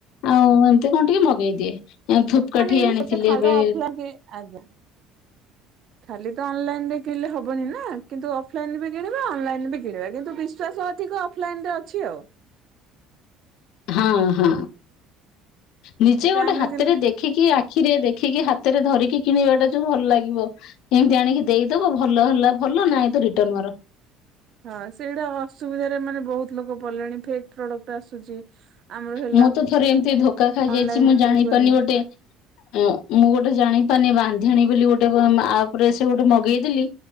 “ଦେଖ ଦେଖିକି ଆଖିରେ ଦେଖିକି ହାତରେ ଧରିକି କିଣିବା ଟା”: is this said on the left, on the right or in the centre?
Left